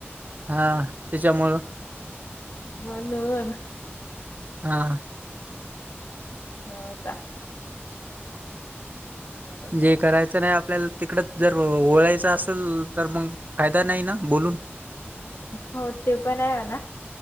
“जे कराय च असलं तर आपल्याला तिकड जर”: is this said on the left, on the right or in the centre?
Right